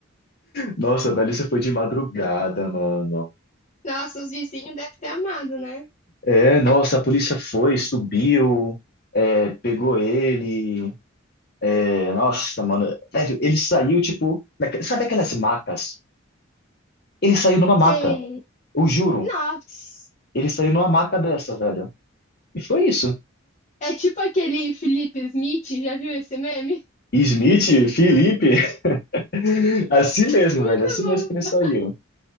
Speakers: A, on the left; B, on the left.
A: Nossa, velho, isso foi de madrugada, mano.
B: Nossa, os vizinhos devem ter amado, né?
A: É, nossa, a polícia foi, subiu, é, pegou ele. É, nossa, mano. Velho, ele saiu, tipo, naque- sabe aquelas macas? Ele saiu numa maca,
B: Sim.
A: eu juro.
B: Nossa.
A: Ele saiu numa maca dessa, velho. E foi isso.
B: É tipo aquele Felipe Smith, já viu esse meme?
A: Smith, Felipe, <laughs> assim
B: <laughs>
A: mesmo,
B: Muito
A: velho, assim
B: bom.
A: mesmo que ele saiu.